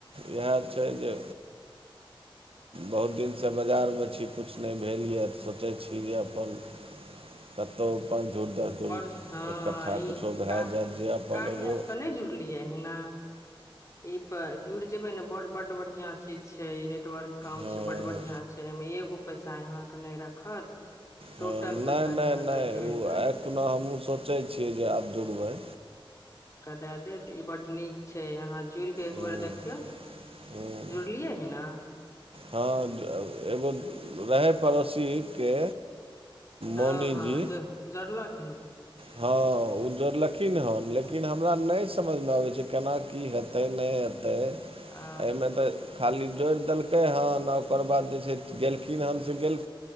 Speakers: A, on the right (about 80°); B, on the left (about 35°).
A: इएह छै जे बहुत दिनसँ बाजारमे छी किछु नहि भेल यए तऽ सोचै छी जे अपन कतहु पाँच धूर दस धूर
B: बड़ हँ
A: इकट्ठा
B: ई
A: किछो भए
B: कार्य
A: जायत जे अपन एगो
B: एप पर नहि जुड़लियै हना ई परे जुड़ जेबै ने ब बड बढ़ियां चीज छै ई नेटवर्क काम
A: हँ
B: छै बड बढ़ियां छै एहिमे एगो पैसा अहाँके नहि रखत टोटल
A: हँ
B: पैसा
A: नहि नहि
B: यहाँ
A: नहि
B: के जोड़
A: ओ
B: के
A: आखिखुना हमहूँ सोचै छियै जे आब जुड़बै
B: द दे ई बड नीक छै यहाँ जुड़ कऽ एक
A: हूँ
B: बेर देखियौ
A: हूँ
B: जुड़लियै ह ने
A: हँ एगो रहय पड़ोसीके
B: हँ
A: मौनीजी
B: हँ ज जोडलक हिन
A: हँ उज्ज्वर ल ेकिन हन लेकिन हमरा नहि समझमे आबै छै केना की हेतै नहि हेतै तऽ
B: अ
A: एहिमे तऽ खाली जोड़ देलकै हँ आओ ओकर बाद जे छै गेलखिन हन से गेल